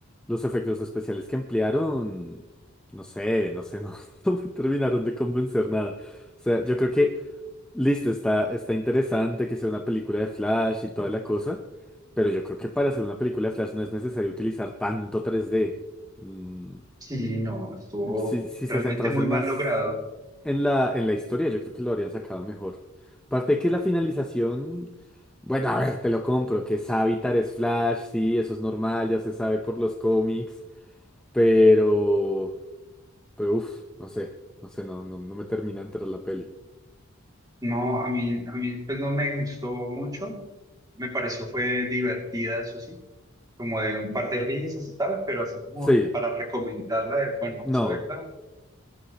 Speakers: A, in the centre; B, on the right.
A: los efectos especiales que emplearon, no sé, no sé, no, <laughs> no me terminaron de convencer nada. O sea, yo creo que Listo, está, está interesante que sea una película de Flash y toda la cosa, pero yo creo que para hacer una película de Flash no es necesario utilizar tanto 3D. Mm,
B: Sí, no, estuvo
A: si, si se
B: realmente
A: centrasen
B: muy
A: más
B: mal logrado.
A: en la, en la historia, yo creo que lo habrían sacado mejor. Aparte de que la finalización, bueno, a ver, te lo compro, que Savitar es Flash, sí, eso es normal, ya se sabe por los cómics, pero... Pero uff, no sé, no sé, no, no, no me termina de entrar la peli.
B: No, a mí, a mí pues no me gustó mucho, me pareció fue divertida, eso sí, como de un par de risas y tal, pero así como
A: Sí,
B: para recomendarla, de, bueno, vamos
A: no.
B: a verla, o